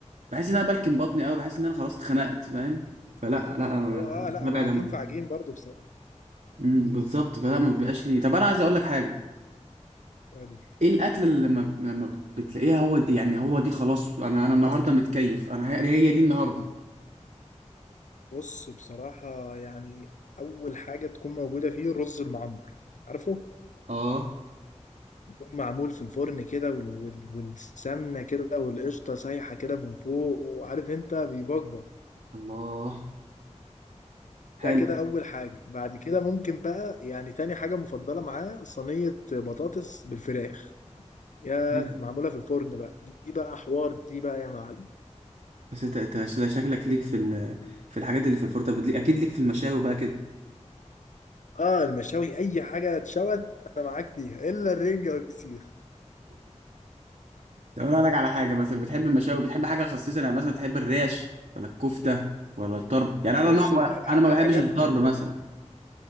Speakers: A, on the right (about 80°); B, on the left (about 85°).
A: بحس ان انا بلكم بطني قوي بحس ان انا خلاص اتخنقت فاهم فلا لا أنا
B: هو اه
A: ببعد
B: لا هو عجين
A: عن الموضوع
B: في عجين برضه
A: امم بالظبط فلا ما بيبقاش لي طب انا عايز اقول لك حاجه
B: بصراحة
A: ايه الاكل اللي لما لما بتلاقيها هو دي يعني هو دي خلاص انا انا النهارده متكيف انا هي, هي دي النهارده
B: بص بصراحة يعني أول حاجة تكون موجودة فيه الرز المعمر عارفه؟
A: اه
B: يكون معمول في الفرن كده وال... وال... والسمنة كده والقشطة سايحة كده من فوق وعارف أنت بيبقبق
A: الله
B: ده
A: حلو
B: كده أول حاجة بعد كده ممكن بقى يعني تاني حاجة مفضلة معاه صينية بطاطس بالفراخ ياه
A: حلو
B: معمولة في الفرن بقى دي بقى حوار دي بقى يا معلم
A: بس انت انت شكلك ليك في ال... في الحاجات اللي في الفرن طب ليك- اكيد ليك في المشاوي بقى كده
B: اه المشاوي أي حاجة اتشوت أنا معاك فيها إلا الرنجة والفسيخ
A: طب انا اقول لك على حاجه مثلا بتحب المشاوي بتحب حاجه خصيصه يعني مثلا تحب الريش ولا الكفته ولا الطرب يعني انا
B: بص
A: نوع
B: الح- الح-
A: انا ما بحبش
B: الحاجات
A: الطرب
B: دي
A: مثلا